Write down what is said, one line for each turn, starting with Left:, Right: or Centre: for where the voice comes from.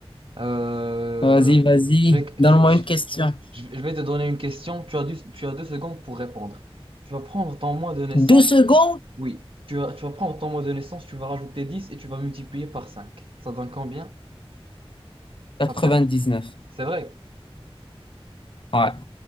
Right: Euh,
Left: Vas-y, vas-y.
Right: je vais, je,
Left: Donne-moi
Right: je-
Left: une question.
Right: je vais je vais te donner une question. Tu as, du- tu as deux secondes pour répondre. Tu vas prendre ton mois de naissance.
Left: Deux secondes?
Right: Oui. Tu vas, tu vas prendre ton mois de naissance, tu vas rajouter 10 et tu vas multiplier par 5. Ça donne combien?
Left: Quatre-vingt-dix-neuf.
Right: T'as perdu. C'est vrai.
Left: Ouais,